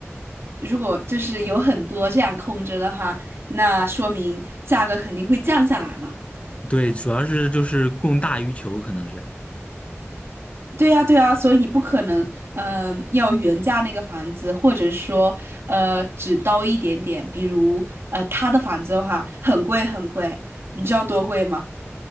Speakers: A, on the right; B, on the left.
A: 如果就是有很多这样空着的话，那说明价格肯定会降下来嘛。
B: 对，主要是就是供大于求，可能是
A: 对呀，对呀，所以你不可能，嗯、要原价那个房子，或者说，呃，只刀一点点。比如，呃，他的房子的话，很贵很贵，你知道多贵吗？